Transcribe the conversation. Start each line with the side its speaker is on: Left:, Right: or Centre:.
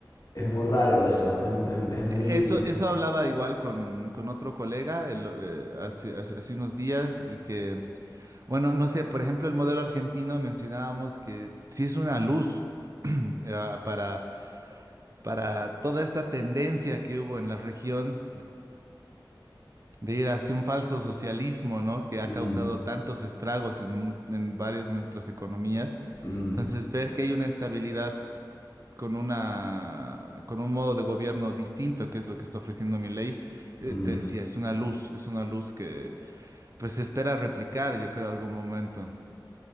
Left: es muy raro eso, es, es- es muy...
Right: Eso, eso hablaba igual con, con otro colega el, eh, hace, hace- hace unos días y que, bueno, no sé, por ejemplo, el modelo argentino mencionábamos que sí es una luz <clears throat> eh, para, para toda esta tendencia que hubo en la región de ir hacia un falso socialismo, ¿no? Que ha
Left: mm,
Right: causado tantos estragos en, mu- en varias de nuestras economías.
Left: mm,
Right: Entonces, ver que hay una estabilidad con una, con un modo de gobierno distinto, que es lo que está ofreciendo mi ley, eh,
Left: mm.
Right: te decía, es una luz, es una luz que pues se espera replicar, yo creo, algún momento.